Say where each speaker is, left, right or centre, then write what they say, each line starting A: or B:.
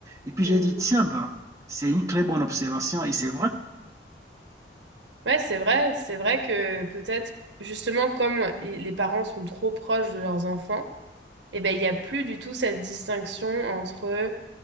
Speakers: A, on the right (about 20°); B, on the right (about 75°).
A: Et puis,
B: Mm.
A: j'ai dit, tiens, ben, c'est une très bonne observation. Et c'est vrai.
B: Ouais, c'est vrai, c'est vrai que peut-être, justement, comme i- les parents sont trop proches de leurs enfants, eh ben, il n'y a plus du tout cette distinction entre